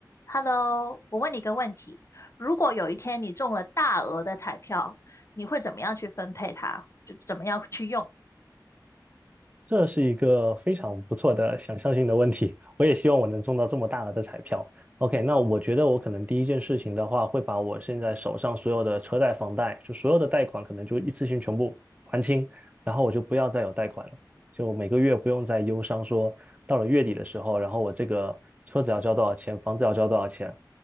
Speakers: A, on the left; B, on the right.
A: Hello，我问你一个问题：如果有一天你中了大额的彩票，你会怎么样去分配它？就怎么样去用？
B: 这是一个非常不错的想象性的问题，我也希望我能中到这么大额的彩票。OK，那我觉得我可能第一件事情的话，会把我现在手上所有的车贷、房贷，就所有的贷款，可能就一次性全部还清，然后我就不要再有贷款了，就每个月不用再忧伤说到了月底的时候，然后我这个车子要交多少钱，房子要交多少钱。